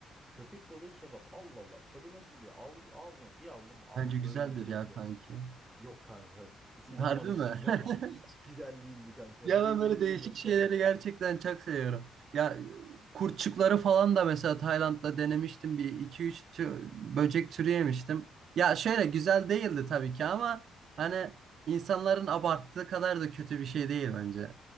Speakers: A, in the centre; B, on the right.
A: Köpek balığı kebap Allah Allah tadı nasıl diye aldı, ağzıma bir aldım abi
B: Bence güzeldir
A: böyle bir şey
B: ya
A: yok.
B: kanki.
A: Yok kanka. İnan
B: Harbi
A: bana hiç
B: mi?
A: güzel
B: <laughs>
A: değildi. Hiç güzel değildi kanka.
B: Ya
A: Böyle
B: ben böyle
A: bir şey
B: değişik
A: yok
B: şeyleri
A: gerçekten.
B: gerçekten çok seviyorum. Ya kurtçukları falan da mesela Tayland'da denemiştim. Bir iki üç tü- böcek türü yemiştim. Ya şöyle güzel değildi tabii ki ama hani insanların abarttığı kadar da kötü bir şey değil bence.